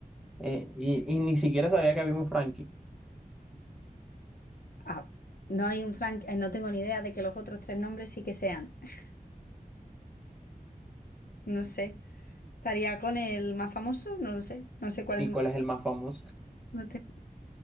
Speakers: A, in the centre; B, on the left.
A: Eh, y, y ni siquiera sabía que había un Frankie.
B: Ah, no hay un Frank, eh, no tengo ni idea de que los otros tres nombres sí que sean. <laughs> No sé. ¿Estaría con el más famoso? No lo sé. No sé cuál
A: ¿Y
B: es el
A: cuál
B: más.
A: es el más famoso?
B: No tengo-